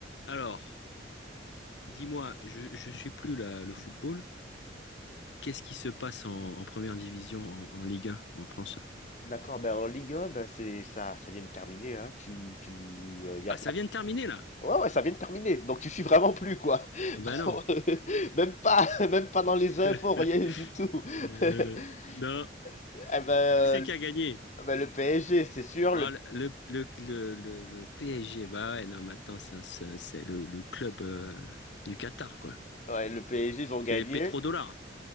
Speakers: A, on the left; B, on the left.
A: Alors, dis-moi, je, je suis plus la- le football. Qu'est-ce qui se passe en, en première division, en, en Ligue 1, en France?
B: D'accord, ben, en Ligue 1, ben, c'est ça ça vient de terminer, hein. Tu tu, heu, y
A: Ah,
B: a y
A: ça
B: a
A: vient de terminer là?
B: ouais, ouais, ça vient de terminer, donc tu suis vraiment plus, quoi.
A: Ah
B: <laughs>
A: Ben non.
B: Même pas même pas dans les infos,
A: <laughs>
B: rien du tout.
A: Euh,
B: <laughs>
A: non.
B: Eh ben,
A: Qui c'est qui a gagné?
B: ben, le PSG, c'est sûr,
A: Oh,
B: le
A: le, le, le, le, le PSG. Bah ouais, non, mais attends, ça- ça- c'est le, le club euh, du Qatar, quoi.
B: ouais, le PSG, ils ont gagné.
A: C'est les pétrodollars.